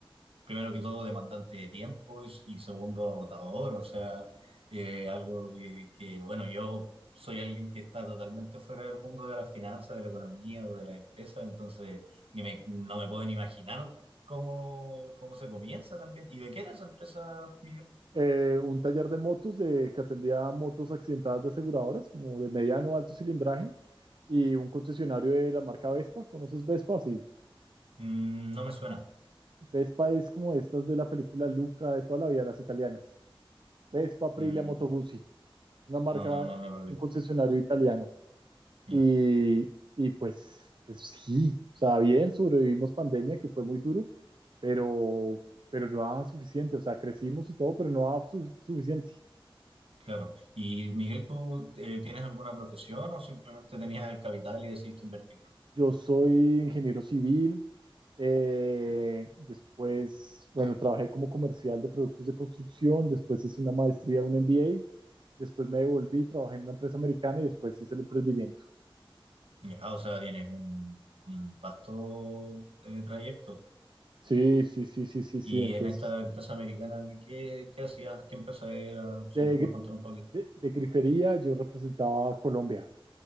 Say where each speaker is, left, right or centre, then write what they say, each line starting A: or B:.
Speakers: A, on the right; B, on the right.
A: primero que todo, demandante de tiempo y, y segundo, agotador, o sea, eh, algo que, que, bueno, yo soy alguien que está totalmente fuera del mundo de las finanzas, de la economía o de la empresa, entonces ni me, no me puedo ni imaginar cómo, cómo se comienza también. ¿Y de qué era esa empresa, Miguel?
B: eh, un taller de motos de, que atendía a motos accidentadas de aseguradoras, como de mediano alto cilindraje, y un concesionario de la marca Vespa. ¿Conoces Vespa? Sí.
A: Mm, no me suena.
B: Vespa es como estas de la película Luca de toda la vida, las italianas. Vespa, Aprilia,
A: Mm,
B: Moto Guzzi, una marca,
A: no, no, no,
B: un
A: no lo digo.
B: concesionario italiano.
A: Ya.
B: Y, y pues, pues sí, o sea, bien, sobrevivimos pandemia, que fue muy duro, pero, pero no daba suficiente, o sea, crecimos y todo, pero no daba su- suficiente.
A: Claro. Y Miguel, ¿tú eh, tienes alguna profesión o simplemente tenías el capital y decidiste invertirlo?
B: Yo soy ingeniero civil. eh, después, bueno, trabajé como comercial de productos de construcción. Después hice una maestría, un MBA. Después me devolví, trabajé en una empresa americana y después hice el emprendimiento.
A: Ya, o sea, tienes un, un vasto eh, trayecto.
B: Sí, sí, sí, sí, sí, sí.
A: Y
B: Entonces,
A: en esta empresa americana, ¿qué, qué hacías? ¿Qué empresa era? Si
B: de,
A: me puedes
B: gri-
A: contar un poquito.
B: de, de grifería yo representaba a Colombia.